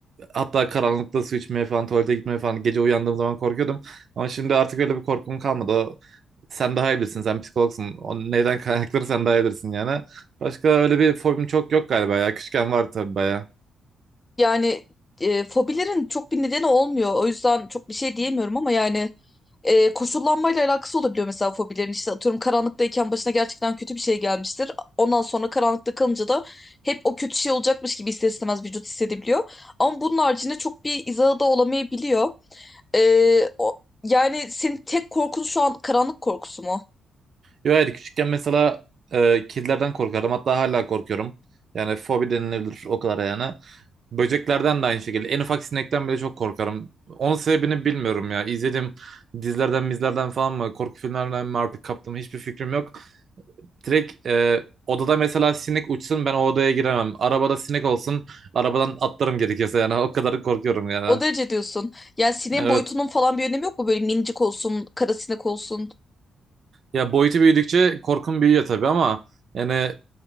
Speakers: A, on the right (about 60°); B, on the left (about 25°).
A: Hatta karanlıkta su içmeye falan, tuvalete gitmeye falan gece uyandığım zaman korkuyordum. Ama şimdi artık öyle bir korkum kalmadı. O, sen daha iyi bilirsin, sen psikologsun. O neyden kaynakları sen daha iyi bilirsin yani. Başka öyle bir fobim çok yok galiba ya. Küçükken vardı tabii bayağı.
B: Yani e, fobilerin çok bir nedeni olmuyor. O yüzden çok bir şey diyemiyorum ama yani e, koşullanmayla alakası olabiliyor mesela fobilerin. İşte atıyorum karanlıktayken başına gerçekten kötü bir şey gelmiştir. Ondan sonra karanlıkta kalınca da hep o kötü şey olacakmış gibi ister istemez vücut hissedebiliyor. Ama bunun haricinde çok bir izahı da olamayabiliyor. E, o, yani senin tek korkun şu an karanlık korkusu mu?
A: Yo hayır küçükken mesela e, kedilerden korkardım. Hatta hala korkuyorum. Yani fobi denilebilir o kadar yani. Böceklerden de aynı şekilde. En ufak sinekten bile çok korkarım. Onun sebebini bilmiyorum ya. İzlediğim dizilerden, mizlerden falan mı, korku filmlerinden mi artık kaptım hiçbir fikrim yok. Direkt e, odada mesela sinek uçsun ben o odaya giremem. Arabada sinek olsun arabadan atlarım gerekirse yani <laughs> o kadar korkuyorum yani.
B: O derece diyorsun. Yani sineğin
A: Evet.
B: boyutunun falan bir önemi yok mu? Böyle minicik olsun, kara sinek olsun.
A: Ya boyutu büyüdükçe korkum büyüyor tabii ama yani e,